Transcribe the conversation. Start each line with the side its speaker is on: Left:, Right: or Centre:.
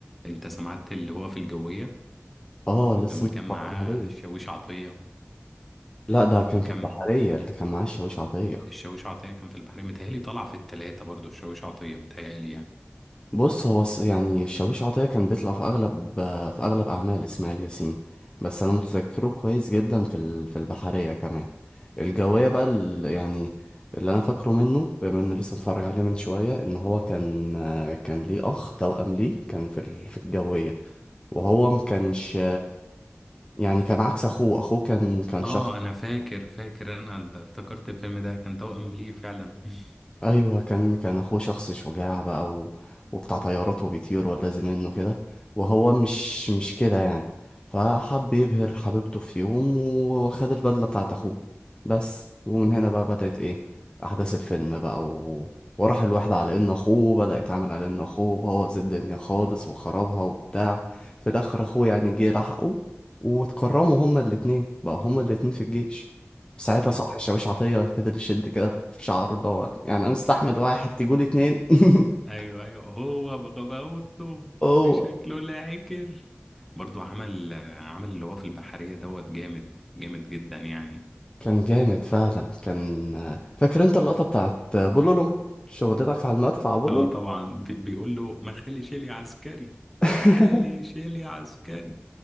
Centre: انت سمعت اللي هو في الجوية
Left: اه لسه
Centre: لما
Left: متفرج
Centre: كان معاه
Left: عليه
Centre: الشاويش عطية
Left: لا ده كان
Centre: وكان
Left: في البحريه اللي كان معاه الشاويش عطيه
Centre: الشاويش عطية كان في البحرية متهيألي طلع في التلاتة برضو الشاويش عطية متهيألي يعني
Left: بص هو الس- يعني الشاويش عطية كان بيطلع في أغلب آه، في أغلب أعمال إسماعيل ياسين بس أنا متذكره كويس جدا في ال- في البحرية كمان الجوية بقى ال- يعني اللي أنا فاكره منه بما إني لسه متفرج عليه من شوية إن هو كان آه، كان ليه أخ توأم ليه كان في ال- في الجوية وهو ما كانش يعني كان عكس أخوه أخوه كان كان
Centre: اه
Left: شخص
Centre: انا فاكر فاكر انا ال- افتكرت الفيلم ده كان توأم ليه فعلا <laughs>
Left: ايوه كان كان اخوه شخص شجاع بقى و... وبتاع طيارات وبيطير ولازم منه كده وهو مش مش كده يعني فحب يبهر حبيبته في يوم وخد البدله بتاعت اخوه بس ومن هنا بقى بدأت ايه احداث الفيلم بقى و... وراح الواحد على انه اخوه بدأ يتعامل على انه اخوه بوظ الدنيا خالص وخربها وبتاع في الاخر اخوه يعني جه لحقه واتكرموا هما الاتنين بقى هما الاتنين في الجيش ساعتها
Centre: <laughs>
Left: صبحي الشاويش عطية فضل يشد كده في شعره اللي هو يعني أنا مستحمل واحد تجول اتنين <laughs>
Centre: ايوه ايوه هو بغباوته
Left: هو
Centre: بشكله لا عكر برضو عمل عمل اللي هو في البحرية دوت جامد جامد جدا يعني
Left: كان جامد فعلا كان فاكر أنت اللقطة بتاعت بولولوم شغلتك على المدفع بولولوم
Centre: اه طبعا بي- بيقول له ما خالي شيلي عسكري
Left: <laughs>
Centre: ما خالي شيلي عسكري